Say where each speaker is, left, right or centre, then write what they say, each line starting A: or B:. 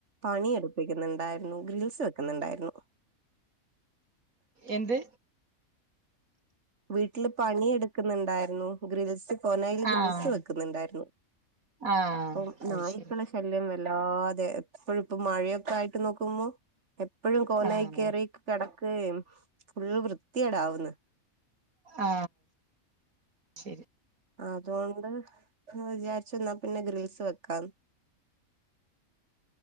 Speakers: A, on the right; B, on the right.
A: പണി എടുപ്പിക്ക്ന്ന്ണ് ണ്ടായിരുന്നു. ഗ്രിൽസ് വെക്കുന്നുണ്ടായിരുന്നു.
B: എന്ത്
A: വീട്ടില് പണി എട്ക്ക്ന്നുണ്ടായിരുന്നു ഗ്രിൽസ് കോനായിൽ ഗ്രിൽസ്
B: ആഹ്
A: വെക്കുന്നുണ്ടായിരുന്നു
B: ആഹ്
A: അപ്പം
B: അത്
A: നായ്ക്കള
B: ശരി
A: ശല്യം വ ലാതെ എപ്പഴും ഇപ്പം മഴയൊക്കെ ആയിട്ട് നോക്കുമ്പോ എപ്പഴും കോലായി
B: ആഹ്
A: കേറി കേട യേം ഫുള്ള് വൃത്തിടാകുന്നു
B: ആ ശരി
A: അതോണ്ട് അ് വിചാരിച്ച് എന്നാ പിന്നെ ഗ്രിൽസ് വെക്കാന്ന്